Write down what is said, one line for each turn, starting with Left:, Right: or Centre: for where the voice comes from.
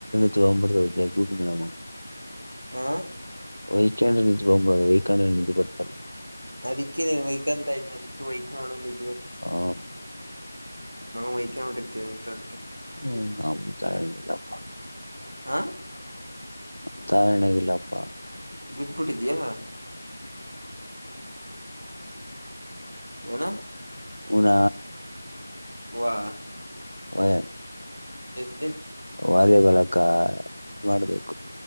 Left: ಜವ ಮಾಡತ ಅದಗೂಟ ಮ
Right: ಹ್ಮ
Left: ವೈಕಾಂಡ್ರ ನಿಂತಕೊ್ಬುದು ವೈಕಂಡ್ರ ನಿು ಬರ್ತಲ್ಲ
Right: ಅದಿಕ್ಕೆ ನೀ ವಹನ್ ತ ಅದಿಕ್ಕೆ ವಹಣ ನಿ ದಿವ
Left: ಹ
Right: ವಯಕ ಹೊಟ್ಟಿರ್ತೀವಿ ಇಷ್ಟ ಅತ್ಕ್ಕೆ
Left: ಹ್ಮ್ ತಾಯನಿಲ್ಲಪ್ಪ
Right: ಆಾ
Left: ತ ಎಣಗಿಲ್ಲಪ್ಪ
Right: ಬಿದ್ದಬಿಟ್ಟಿದಯಾ
Left: ಹ್ಮ
Right: ಏನ
Left: ಹನ
Right: ವಾ
Left: ಹ
Right: ಎಫ್
Left: ವಾಲಿಬಲ್ಕ್ಕ ಮಾಡ್ಬೇಕು